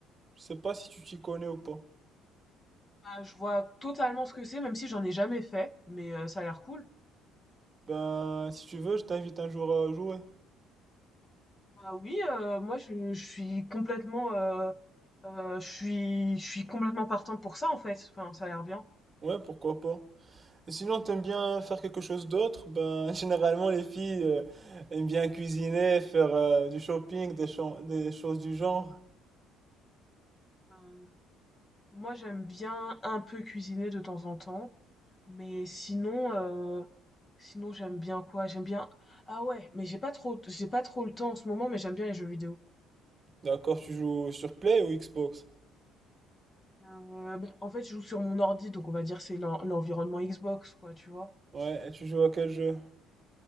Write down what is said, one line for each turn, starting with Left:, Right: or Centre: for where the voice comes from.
Right: Je sais pas si tu t'y connais ou pas.
Left: Ah, je vois totalement ce que c'est, même si j'en ai jamais fait, mais euh, ça a l'air cool.
Right: Ben, si tu veux, je t'invite un jour à jouer.
Left: Bah oui, heu, moi je je suis complètement, heu heu, je suis je suis complètement partant pour ça en fait, enfin ça a l'air bien.
Right: Ouais, pourquoi pas. Et sinon, t'aimes bien faire quelque chose d'autre? Ben, <laughs> généralement, les filles euh, aiment bien cuisiner, faire euh, du shopping, des, cho- des choses du genre.
Left: Heu, moi j'aime bien un peu cuisiner de temps en temps, mais sinon, heu, sinon j'aime bien quoi? J'aime bien ah ouais, mais j'ai pas trop j'ai pas trop le temps en ce moment, mais j'aime bien les jeux vidéo.
Right: D'accord, tu joues sur Play ou Xbox?
Left: Heu, bah, en fait je joue sur mon ordi, donc on va dire c'est l'en l'environnement Xbox quoi, tu vois?
Right: Ouais, et tu joues à quel jeu?